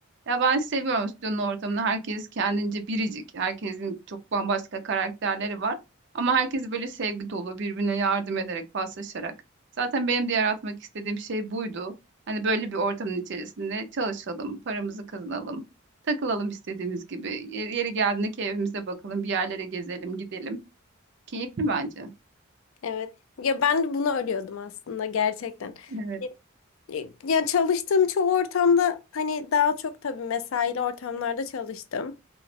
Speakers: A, on the right (about 60°); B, on the left (about 75°).
A: Ya ben seviyorum stüdyonun ortamını. Herkes kendince biricik. Herkesin çok bambaşka karakterleri var. Ama herkes böyle sevgi dolu, birbirine yardım ederek, paslaşarak. Zaten benim de yaratmak istediğim şey buydu. Hani böyle bir ortamın içerisinde çalışalım, paramızı kazanalım, takılalım istediğimiz gibi. Yeri, yeri geldiğinde keyfimize bakalım, bir yerlere gezelim, gidelim. Keyifli bence.
B: Evet. Ya ben de bunu arıyordum aslında gerçekten.
A: Evet,
B: Hani E, ya çalıştığım çoğu ortamda hani daha çok tabii mesaili ortamlarda çalıştım.